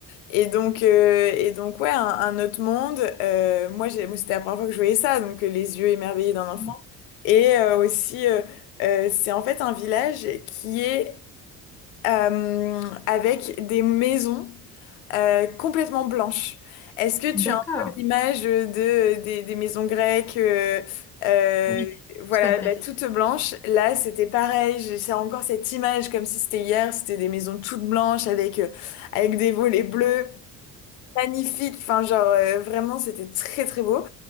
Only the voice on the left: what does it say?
Et donc, euh, et donc, ouais, un, un autre monde. Euh, moi, j'ai, moi, c'était la première fois que je voyais ça, donc euh, les yeux émerveillés d'un enfant.
Et euh, aussi, euh, euh, c'est en fait un village qui est euh, avec des maisons euh, complètement blanche. Est-ce que
tu as un peu l'image de, des, des maisons grecques, euh, euh,
voilà,
bah, toutes blanches? Là, c'était pareil. J'ai j'ai encore cette image comme si c'était hier. C'était des maisons toutes blanches avec, euh, avec des volets bleus. Magnifique, enfin genre euh, vraiment c'était très très beau.